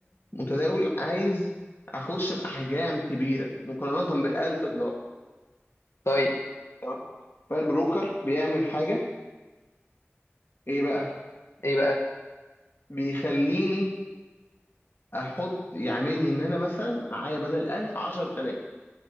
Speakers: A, on the left; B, on the left.
A: كمتداول عايز اخش باحجام كبيره مقارنه بالالف دولار
B: طيب
A: تمام فالبروكر بيعمل حاجه ايه بقى
B: ايه بقى
A: بيخليني احط يعملني ان انا مثلا معايا بدل 1000 10000